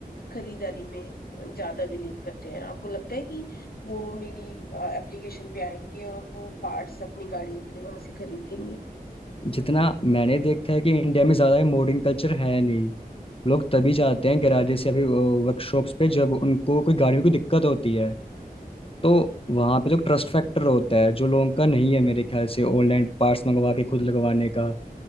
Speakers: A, on the left; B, on the left.
A: खरीदारी में ज्यादा बिलीव करते हैं आपको लगता है कि वो मेरी एप्लीकेशन पे आएंगे और वो पार्ट्स अपनी गाड़ियों के लिए वहां से खरीदेंगे
B: जितना मैंने देखा है कि इंडिया में ज़्यादा मोडिंग कल्चर है नहीं लोग तभी जाते हैं गैराजेस या फिर वर्कशॉप्स पे जब उनको कोई गाड़ी में कोई दिक्कत होती है तो वहाँ पे तो ट्रस्ट फैक्टर होता है जो लोगों का नहीं है मेरे ख्याल से ऑनलाइन पार्ट्स मंगवा के खुद लगवाने का